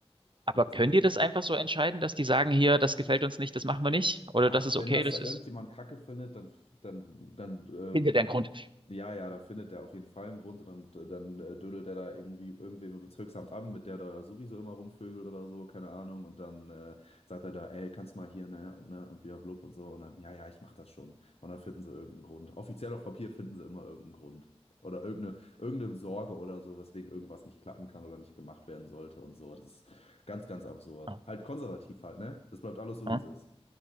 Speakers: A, on the right; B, on the left.
A: Aber
B: ist
A: können
B: es halt,
A: die das einfach so entscheiden, dass die sagen, hier, das gefällt uns nicht, das machen wir nicht? Oder
B: ach,
A: das ist
B: wenn
A: okay,
B: das
A: das
B: da
A: ist
B: irgendjemand Kacke findet, dann, dann, dann äh,
A: hinter deren Grund.
B: Ja, ja, dann findet der auf jeden Fall einen Grund und dann, äh, dann äh, dödelt der da irgendwie irgendwem im Bezirksamt an, mit der da sowieso immer rumvögelt oder so, keine Ahnung. Und dann äh, sagt er da, ey, kannst mal hier, ne, und ne, und bia blub und so. Und dann, ja, ja, ich mach das schon. Und dann finden sie irgendeinen Grund. Offiziell auf Papier finden sie immer irgendeinen Grund. Oder irgendeine, irgendeine Sorge oder so, weswegen irgendwas nicht klappen kann oder nicht gemacht werden sollte und so. Das ist ganz, ganz absurd.
A: Ja,
B: Halt konservativ halt, ne? Das bleibt alles so,
A: ja.
B: wie es ist.